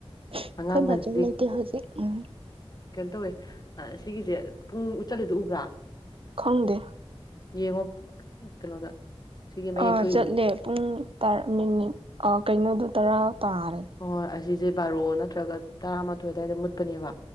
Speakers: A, on the right; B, on the left.
A: ꯑꯩꯈꯣꯏ
B: ꯑꯉꯥꯡꯗꯅꯤ
A: ꯕꯥꯆꯧ ꯂꯩꯇꯦ ꯍꯧꯖꯤꯛ ꯎꯝ
B: <unintelligible> ꯀꯩꯅꯣ ꯇꯧꯋꯦ ꯁꯤꯒꯤꯁꯦ ꯄꯨꯡ ꯎꯠꯆꯜꯂꯤꯗꯣ ꯎꯕ꯭ꯔꯥ
A: ꯈꯪꯗꯦ
B: ꯌꯦꯡꯉꯣ ꯀꯩꯅꯣꯗ ꯁꯤꯒꯤ ꯃꯌꯦꯛ
A: ꯑ
B: ꯊꯣꯛꯏꯗꯣ
A: ꯆꯠꯂꯦ ꯄꯨꯡ ꯃꯤꯅꯤꯠ ꯀꯩꯅꯣꯗꯨ ꯇꯔꯥ ꯇꯥꯔꯦ
B: ꯍꯣꯏ ꯍꯣꯏ ꯑꯁꯤꯁꯦ ꯕꯥꯔꯣ ꯅꯠꯇ꯭ꯔꯒ ꯇꯔꯥꯃꯥꯊꯣꯏ ꯑꯗꯨꯋꯥꯏꯗ ꯃꯨꯠꯄꯅꯦꯕ